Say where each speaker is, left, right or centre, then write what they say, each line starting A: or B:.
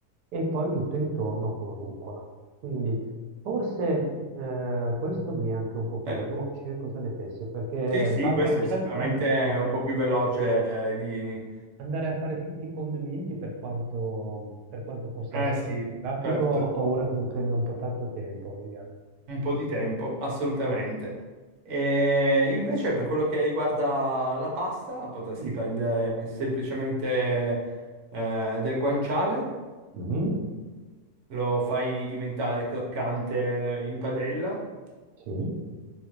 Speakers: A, on the right; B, on the right.
A: e poi tutto intorno con rucola. Quindi forse eh, questo mi è anche un po' più
B: Eh,
A: veloce, eh, cosa ne pensi? Perché
B: sì, sì,
A: l'altra
B: questo
A: ricetta,
B: è sicuramente un po' più veloce eh, di...
A: andare a fare tutti i condimenti per quanto, per quanto possa
B: Eh
A: essere
B: sì,
A: grafico,
B: certo,
A: ho paura che mi prenda un po' tanto tempo, Liliana.
B: un po' di tempo, assolutamente. E invece per quello che riguarda la pasta, potresti
A: Mm.
B: prendere semplicemente eh, del guanciale,
A: Mhm,
B: lo fai diventare croccante in padella
A: Sì,